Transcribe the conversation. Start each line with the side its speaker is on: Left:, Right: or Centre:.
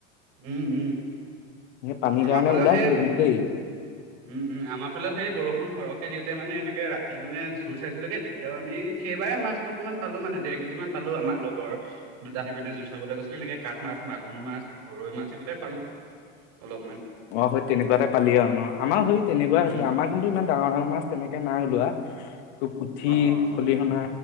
Right: উম - উম
Left: সেই পানীৰ
Right: আমাৰ
Left: কাৰণে
Right: ফালেও
Left: ওলাইছিলে
Right: সেই
Left: কিন্তু দেই
Right: উম - উম। আমাৰ ফালে সেই বৰষুণ সৰ দিওঁতে মানে এনেকে ৰাতি মানে জোৰই চাইছিলো গে কেতিয়াও আমি সেইবাৰে মছতটো অকমান পালো মানেৰ কেজি মান পালো। আমাৰ লগৰ দুটা সি মানে যুই চাবলৈ গৈছিলে এনেকে কাঠ মাছ মাগুৰ মাছ গৰৈ মাছ এইবটাই পালো অলপমান
Left: ম সেই তেনেকুৱাতে পালি আৰু ন আমাৰ সৰি তেনেকুৱা হৈছিলে
Right: উম
Left: আমাৰ কিন্তু ইমানাৰ ডাঙৰ মাছ তেনেকে নাই ওলোৱা পুঠি
Right: অ অ
Left: খলিহনা